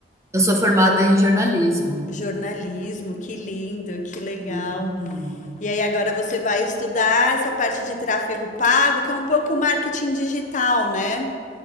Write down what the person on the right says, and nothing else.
Eu sou formada em jornalismo.
Hum.